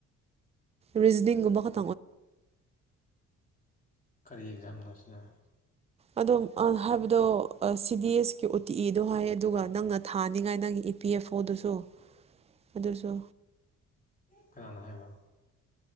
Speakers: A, on the right; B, on the left.
A: ꯔꯤꯖꯅꯤꯡ ꯒꯨꯝꯕ ꯈꯛ
B: ꯀꯔꯤ ꯑꯦꯛꯖꯥꯝꯅꯣ ꯁꯤꯅ
A: ꯑꯗꯨꯝ ꯑ ꯍꯥꯏꯕꯗꯣ ꯁꯤ ꯗꯤ ꯑꯦꯁꯀꯤ ꯎꯇꯤ ꯏꯗꯣ ꯍꯥꯏꯌꯦ ꯑꯗꯨꯒ ꯅꯪꯅ ꯊꯥꯅꯤꯉꯥꯏ ꯅꯪꯒꯤ ꯄꯤ ꯑꯦꯐ ꯑꯣꯗꯨꯁꯨ ꯑꯗꯨꯁꯨ
B: ꯀꯅꯥꯅ ꯍꯥꯏꯕ